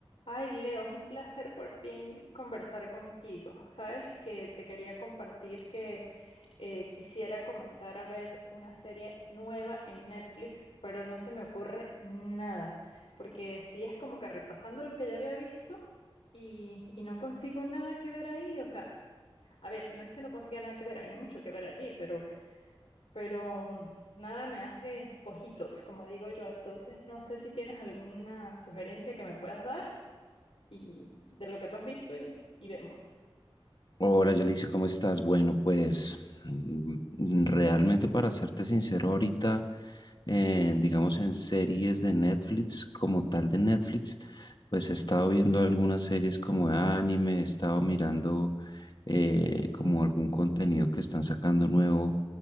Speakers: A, on the left; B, on the left.
A: Ay, Leo, es un placer por fin conversar contigo. Sabes que te quería compartir que eh, quisiera comenzar a ver una serie nueva en Netflix, pero no se me ocurre nada, porque estoy es como que repasando lo que ya había visto y, y no consigo nada que ver ahí. O sea, a ver, no es que no consiga nada que ver, hay mucho que ver allí, pero, pero nada me hace ojitos, como digo yo. Entonces, no sé si tienes alguna sugerencia que me puedas dar y de lo que tú has visto y, y vemos.
B: Hola, Yalixia, ¿cómo estás? Bueno, pues mm, mm, realmente para serte sincero, ahorita, eh, digamos en series de Netflix, como tal de Netflix, pues he estado viendo algunas series como de anime, he estado mirando eh, como algún contenido que están sacando nuevo